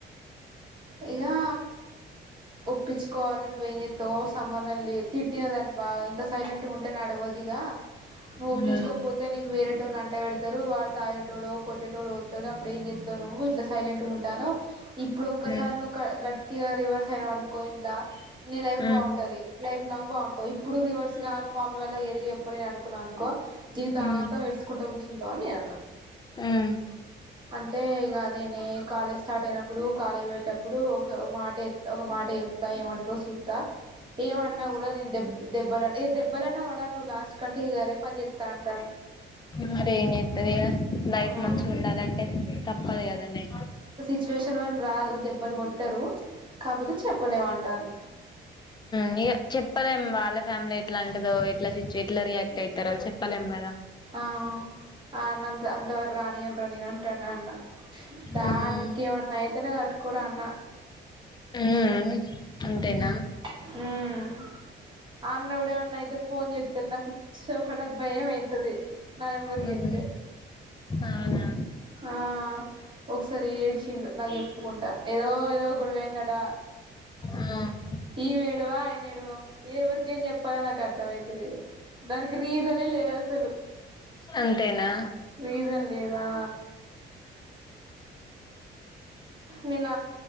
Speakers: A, on the right; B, on the left.
A: ఇగా ఒప్పించుకోవాలని నువ్వేం చెప్తావో సంబంధం లేదు తిట్టిన దాన్ని బాగా ఇంత సైలెంట్ గా ఉంట టనాడవదిగా నువ్వు ఒప్పించుకోపో
B: ఉమ్
A: త్తె నీకు వేరేటోణ్ణి అంటగడతారు వాడు తాయేటోడొ కొట్టేటోడు వత్తడు అపుడు ఏం చేత్ నువ్వు ఇట్లా సైలెంట్ గా ఉంటాను ఇప్పుడు ఒక్కసారి
B: ఉమ్
A: నువ్వు గట్టిగా రివర్స్ అయిన వనుకో ఇంట్లా నీ లైఫ్
B: ఉమ్
A: బాగుంటది లైఫ్ లాంగ్ బావుంటావు ఇప్పుడు రివర్స్ గాను మామీ వాళ్ళు ఎదురు చెప్పలేదు అనుకున్నా అనుకో జీవితాంతం
B: ఉమ్
A: ఎడ్చుకుంటా కూర్చుంటవ్ అని నేనన్న
B: మ్
A: అంటే ఇక అదే నే కాలేజ్ స్టార్ట్ అయినప్పుడు కాలేజ్ పోయేటప్పుడు ఒక మాట ఎత్ ఒక మాట చెప్ ఏమంటరో సూత్తా ఏమన్నా కూడా నేె దెబ్బ దెబ్బలన్నా పడాల్ నువ్ లాస్ట్ కి కంటే ఇగ అదే పని చెప్తా అంటాను
B: మరి ఏం చేత్తవే లైఫ్
A: ఆ
B: మంచిగా ఉండాలంటే తప్పదు కదనే
A: సిచువేషన్ వరకు రాదు దెబ్బలు కొట్టరు కాకపోతే చెప్పలేమంటాంది
B: మ్ చెప్పలేం వాళ్ళ ఫ్యామిలీ ఎట్లా అంటిదో ఎట్లా సిచ్యు ఎట్లా రియాక్ట్ అయితరో చెప్పలేం కదా
A: ఆ అన్నంత అంతవర రానీయన్ర నేన అంటా న్నా అన్న బా
B: ఉమ్
A: నీకేమన్నా అయితేనే తట్టుకోడు అన్నా
B: మ్ అంతేనా
A: మ్ ఆ అన్న కూడా ఏమన్నా అయితే ఫోన్ చేత్తడు నాకుచ్చ నాకు భయం అవయితుది నా నెంబర్ కి
B: ఉమ్
A: చేత్తె
B: అవునా
A: ఆ ఒకసారి ఏడిచిండు నాకు ఎప్పకుండా ఏదో ఏదో గొడవైందడా
B: ఆ
A: ఈవ ఏడువా అయన ఏడువా ఎవరికేం చెప్పాలో నాకు అర్థం అయిత లేదు దానికి రీజనే లేదు అసలు
B: అంతేనా
A: రీజన్ లేదా నిన్న